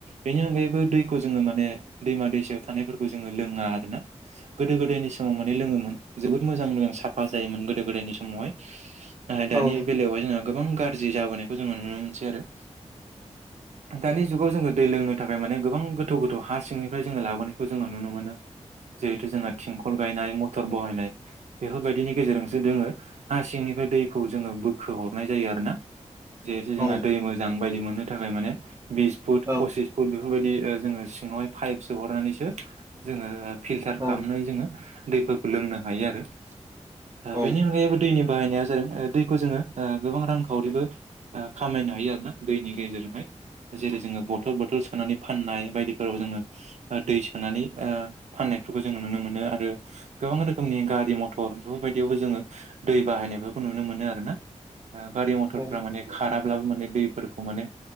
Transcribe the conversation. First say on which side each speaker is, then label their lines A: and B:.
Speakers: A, on the right; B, on the right.
A: बेनि अनगायैबो दैखौ जोङो माने दैमा दैसायाव थानायफोरखौ जोङो लोङा आरोना। गोदो गोदायनि समाव माने लोङोमोन जोबोद मोजां मोजां साफा जायोमोन गोदो गोदायनि समावहाय ओ
B: औ
A: दानि
B: औ
A: बेलायावहाय जोंहा गोबां गाज्रि जाबोनायखौ जोङो नुनो मोनसै आरो।
B: <inaudible>
A: दानि जुगाव जोङो दै लोंनो थाखाय माने गोबां गोथौ गोथौ हा सिंनिफ्राय जोङो लाबोनायखौ जोङो नुनो मोनो। जिहेथु जोंना थिंखल गायनाय मथर बहायनाय बेफोर बायदिनि गेजेरजोंसो जोङो हा सिंनिफ्राय दैखौ जोङो बोखो हरनाय जायो आरो ना। जिहेतु
B: औ
A: जोंना दै मोजां बायदि मोननो थाखाय माने बिस फुट
B: औ
A: फसिस बेफोर बायदि ओ जोङो सिङावहाय पाइप सो हरनानैसो जोङो फिल्टार
B: औ
A: खालामनाय जा जोङो दैफोरखौ लोंनो हायो आरो ओ
B: औ
A: बेनि अनगायैबो दैनि बाहायनाया जादों ओ दैखौ जोङो ओ गोबां रांखावरिबो ओ खामायनो हायो आरो ना दैनि गेजेरजोंहाय। जेरै जोङो बथल बथल सोनानै फाननाय बायदिफोराव जोङो ओ दै सोनानै ओ फाननायफोरखौ जोङो नुनो मोनो आरो। गोबां रोखोमनि गारि-मथर बेफोर बायदियावबो जोङो दै बाहायनायफोरखौ नुनो मोनो आरो ना। ओ गारि-मथरफ्रा
B: औ
A: माने खाराब्लाबो माने दैफोरखौ माने